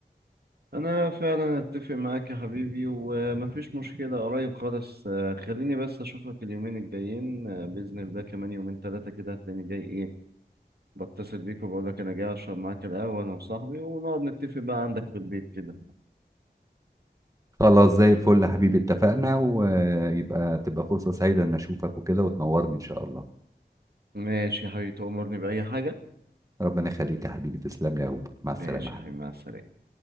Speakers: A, on the right; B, on the right.
A: انا فعلا اتفق معاك يا حبيبي ومفيش مشكلة قريب خالص آه، خليني بس اشوفك اليومين الجايين آه، باذن الله كمان يومين ثلاثة كده هتلاقيني جاي ايه بتصل بيك وبقول لك انا جاي اشرب معاك القهوه انا وصاحبي ونقعد نتفق بقى عندك في البيت كده
B: خلاص زي الفل يا حبيبي اتفقنا ويبقى تبقى فرصة سعيدة ان اشوفك وكده وتنورني ان شاء الله
A: ماشي يا حبيبي تأمرني بأي حاجه
B: ربنا يخليك يا حبيبي تسلم لي يا هوب مع السلامة
A: ماشي
B: يا
A: يا
B: حبيبي
A: حبيبي مع السلامه